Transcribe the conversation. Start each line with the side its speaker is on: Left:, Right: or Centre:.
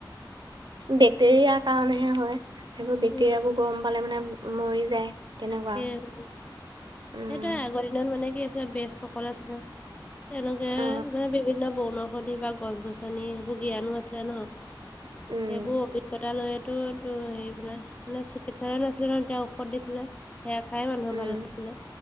Right: বেক্টেৰিয়া কাৰণেহে হয়। সেইবোৰ বেক্টেৰিয়াবোৰ
Left: উম,
Right: গম পালে মানে মৰি যায়। তেনেকুৱা
Left: তাকে উম,
Right: উম
Left: সেইটোৱে আগৰ দিনত মানে কি আছিলে বেছসকল আছে তেওঁলোকে
Right: অ
Left: মানে বিভিন্ন বৰ্ন- ঔষধি বা গছ গছনি সেইবোৰ জ্ঞানো আছিলে ন
Right: উম
Left: সেইবোৰ অভিজ্ঞতা লৈ টোটো হেৰি বোলে মানে চিকিৎসালয় নাছিলে নহয় তেওঁ ঔষধ দিছিলে। সেয়া খাই মানুহে
Right: উম
Left: ভাল আছিলে